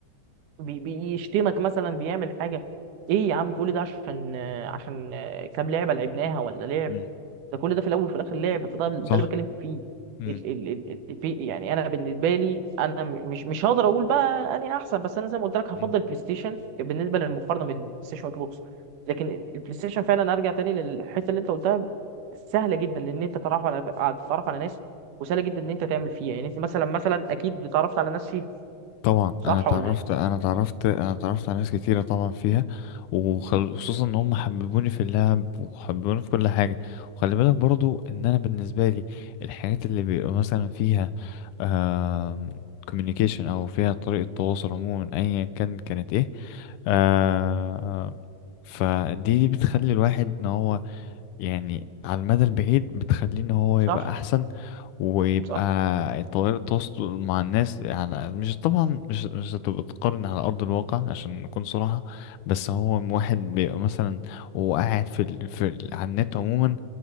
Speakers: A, on the right; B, on the left.
A: بي- بيشتمك مثلا بيعمل حاجه ايه يا عم كل ده عشان عشان كام لعبه لعبناها ولا لعب
B: مم.
A: ده كل ده في الاول وفي الاخر لعب فده ده
B: صح
A: اللي بتكلم فيه
B: مم.
A: ال ال ال ال- في يعني انا بالنسبه لي انا م- مش مش هقدر اقول بقى اني احسن بس انا زي ما قلت لك
B: مم.
A: هفضل بلاي ستيشن بالنسبه للمقارنه بين بلاي ستيشن واكس بوكس لكن البلاي ستيشن فعلا ارجع تاني للحته اللي انت قلتها سهله جدا لان انت تتعرف على تتعرف على ناس وسهله جدا ان انت تعمل فيها يعني انت مثلا مثلا اكيد اتعرفت على ناس فيها
B: طبعا
A: صح
B: انا اتعرفت
A: ولا ايه؟
B: انا اتعرفت انا اتعرفت على ناس كتيره طبعا فيها وخصوصا ان هم حببوني في اللعب وحببوني في كل حاجه وخلي بالك برضو ان انا بالنسبه لي الحاجات اللي بيبقى مثلا فيها آه communication او فيها طريقه تواصل عموما ايا كان كانت ايه آه فدي دي بتخلي الواحد ان هو يعني على المدى البعيد بتخليه ان هو
A: صح
B: يبقى احسن ويبقى
A: صح
B: الطريقة التواصل مع الناس يعني مش طبعا مش مش هتبقى تقارن على أرض الواقع عشان نكون صراحة بس هو واحد بيبقى مثلا وهو قاعد في ال... في ال... على النت عموما